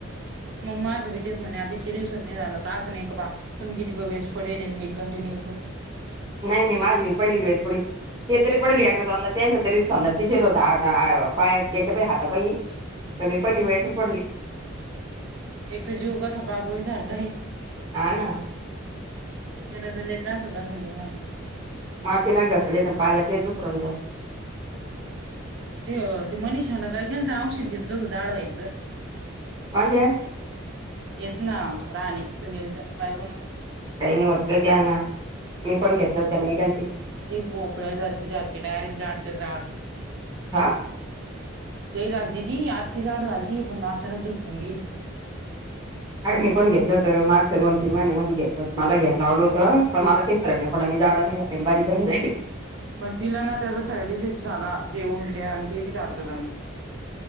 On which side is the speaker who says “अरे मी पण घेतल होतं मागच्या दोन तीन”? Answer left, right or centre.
Right